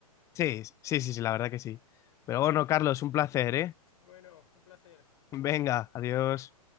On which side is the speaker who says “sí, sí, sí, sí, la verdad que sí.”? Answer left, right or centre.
Left